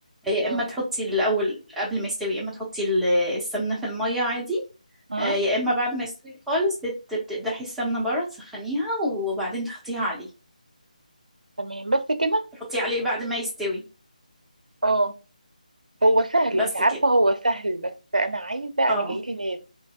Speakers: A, in the centre; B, on the right (about 65°).
A: آه، يا
B: اه
A: إما تحطي الأول قبل ما يستوي يا إما تحطي ال- السمنة في المية عادي
B: اه
A: آه، يا إما بعد ما يستوي خالص بت- بتقدحي السمنة بره تسخنيها وبعدين تحطيها عليه
B: تمام بس كده
A: تحطي عليه بعد ما يستوي
B: اه هو سهل
A: بس
B: انت عارفة
A: كده
B: هو سهل بس انا عايزة
A: اه
B: انا جايلي ناس